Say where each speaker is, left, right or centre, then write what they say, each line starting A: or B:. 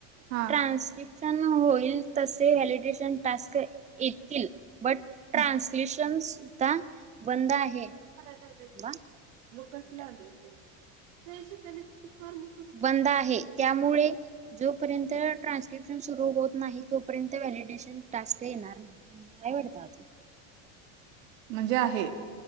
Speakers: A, on the right; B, on the right.
A: हा
B: ट्रान्स्क्रिप्शन होईल तसे व्हॅलिडेेशन टास्कये. येतील बट ट्रान्सलेशन
A: हा
B: सुद्धा बंद आहे.
A: <unintelligible>
B: थांबा एक मिनिट बंद आहे त्यामुळे जोपर्यंत ट्रान्स्क्रिप्शन सुरू होत नाही तोपर्यंत व्हॅलिडेशन टास्क काही येणार नाही.
A: म्हणजे आहे.